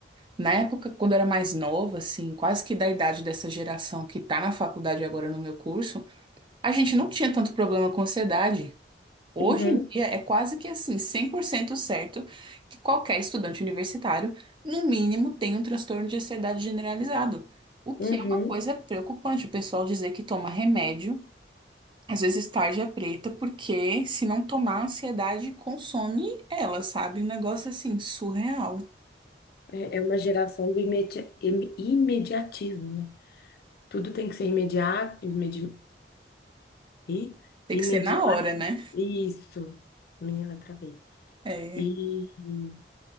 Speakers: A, on the right; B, on the left.
A: Na época, quando eu era mais nova, assim, quase que da idade dessa geração que tá na faculdade agora no meu curso, a gente não tinha tanto problema com ansiedade. Hoje
B: Uhum,
A: em dia é quase que assim, 100% certo que qualquer estudante universitário, no mínimo, tem um transtorno de ansiedade generalizado. O que
B: uhum.
A: é uma coisa preocupante, o pessoal dizer que toma remédio às vezes tarja preta, porque se não tomar, a ansiedade consome ela, sabe? Um negócio assim, surreal.
B: É, é uma geração do imedi- im- imediatismo, né? Tudo tem que ser imediato, imedi, e-
A: Tem
B: imediato,
A: que ser na hora, né?
B: isso, menina, travei.
A: É,
B: E